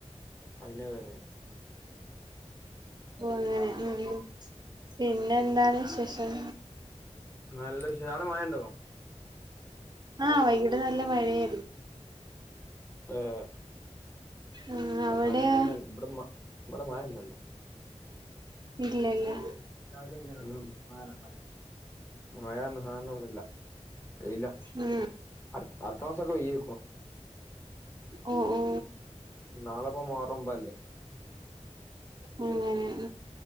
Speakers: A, on the left; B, on the right.
A: അയിനാ വരനെ
B: ഓ അങ്ങനെ ഉം പിന്നെ എന്താണ് വിശേഷം
A: നല്ല വിശേഷം ആടെ മയണ്ടോ
B: ആഹ വൈകിട്ട് നല്ല മഴയായിരുന്നു
A: ഏഹ്
B: ആ
A: ഇവിടെ
B: അവിടെയാ
A: മയം തന്നെയില്ല ഇവിടെമ് ഇവിടെ മഴഇല്ലാലോ
B: ഇല്ല ല്ലാ
A: <unintelligible> മഴ ന്ന് പറഞ്ഞ സാദനം ഇവിടെ ഇല്ല വൈയിലാ
B: ഉം
A: അ അടുത്ത മാസൊക്കെ പെയ്യായിരിക്കും
B: ഓ ഓ
A: നാളപ്പോ മുഹറം ഒമ്പത് അല്ലേ
B: ആ അങ്ങനെ